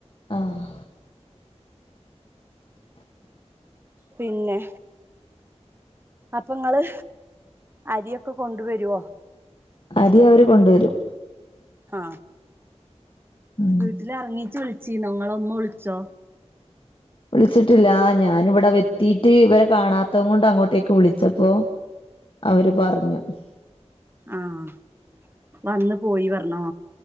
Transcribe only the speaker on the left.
ആഹ്
അരി അവര് കൊണ്ടുവരും
ഉം
വിളിച്ചിട്ടില്ല ഞാനിവിടെ വത്തീട്ട് ഇവരെ കാണാത്തെംകൊണ്ട് അങ്ങോട്ടേക്ക് വിളിച്ചപ്പോ അവര് പറഞ്ഞു <inaudible>